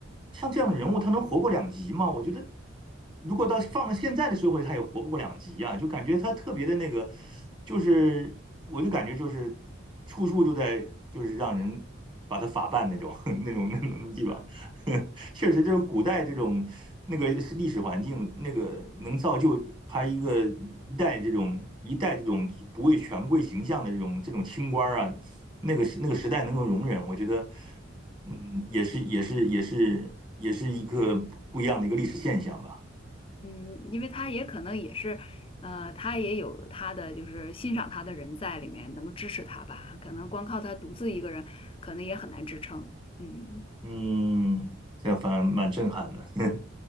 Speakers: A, on the right; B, on the left.
A: 像这样的人物，他能活过两集吗？我觉得如果到放到现在的社会，他也活不过两集啊，就感觉他特别的那个，就是我就感觉就是处处就在就是让人把他法办那种 <laughs> 那种那种地方，<laughs> 确实，这古代这种那个历史环境，
B: 嗯
A: 那个能造就他一个一代这种一代这种不畏权贵形象的这种这种清官啊，那个时那个时代能够容忍，我觉得，嗯，也是也是也是也是一个不一样的一个历史现象吧。
B: 嗯，因为他也可能也是，呃，他也有他的就是欣赏他的人在里面，能够支持他吧。可能光靠他独自一个人，可能也很难支撑。嗯
A: 嗯，这样反而蛮震撼的。<laughs>